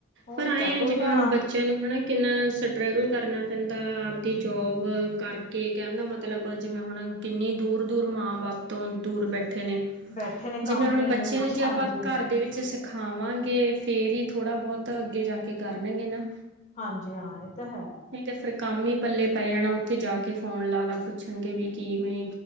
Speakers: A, on the left; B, on the right.
A: ਉਹ
B: ਪਰ
A: ਨੀ
B: ਐਏਂ
A: ਕਰਦੇ
B: ਆ
A: ਉਹ
B: ਜਿਵੇਂ
A: ਤਾਂ
B: ਹੁਣ ਬ ਚੇਆਂ ਨੂੰ ਹਨਾ ਕਿਨਾ ਸਟਰਗਲ ਕਰਨਾ ਪੈਂਦਾ, ਆਪਦੀ ਜੌਬ ਕਰ ਕੇ ਕੈਣ ਦਾ ਮਤਲਬ ਜਿਵੇਂ ਹੁਣ ਕਿਨੀ ਦੂਰ-ਦੂਰ ਮਾਂ-ਬਾਪ ਤੋਂ ਦੂਰ ਬੈਠੇ ਨੇ।
A: ਬੈਠੇ ਨੇ ਕੰਪਨੀਆਂ
B: ਜਿਵੇਂ ਹੁਣ ਬੱਚੇ
A: ਦੇ ਵਿੱਚ
B: ਨੂੰ ਜੇ
A: ਹਾਂਜੀ
B: ਆਪਾਂ ਘਰ ਦੇ ਵਿੱਚ ਸੇ ਖਾਵਾਂਗੇ ਫੇਰ ਹੀ ਥੋੜਾ-ਬਹੋਤ ਅੱਗੇ ਜਾ ਕੇ ਕਰਨਗੇ ਨਾ।
A: ਹਾਂਜੀ ਹਾਂ ਏ ਤਾਂ ਹੈ।
B: ਨਈ ਤੇ ਫੇਰ ਕੰਮ ਈ ਪੱਲੇ ਪੈ ਜਾਣਾ ਓਥੇ ਜਾ ਕੇ ਫੋਨ ਲਾ-ਲਾ ਪੁੱਛਣਗੇ ਵੀ ਕੀਂਵੇ